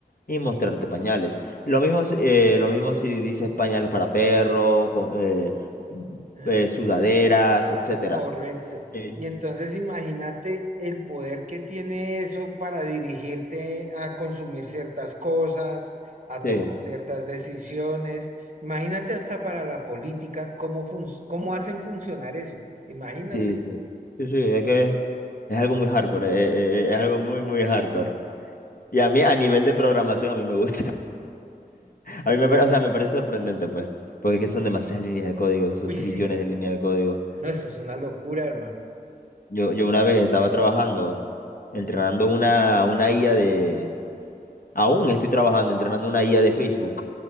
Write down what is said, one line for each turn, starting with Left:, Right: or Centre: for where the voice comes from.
Left: y mostrarte pañales. Lo mismo, si- eh, lo mismo si dices pañales para perro, con, eh,
Right: Ah,
Left: eh, sudaderas, etcétera.
Right: Correcto.
Left: Sí.
Right: Y entonces imagínate el poder que tiene eso para dirigirte a consumir ciertas cosas, a
Left: Sí,
Right: tomar ciertas decisiones. Imagínate hasta para la política, cómo, func- cómo hacen funcionar eso. Imagínate.
Left: sí, sí. Sí, sí, es que es algo muy hardcore, eh, eh, eh, es algo muy, muy hardcore. Y a mí, a nivel de programación, a mí me gusta. <laughs> A mí me parece, o sea, me parece sorprendente, pues. Porque es que son demasiadas
Right: Sí.
Left: líneas de código, son
Right: Uy,
Left: trillones
Right: sí.
Left: de líneas de código.
Right: No, eso es una locura, hermano.
Left: Yo, yo una vez estaba trabajando, entrenando una, una IA de... Aún estoy trabajando, entrenando una IA de Facebook.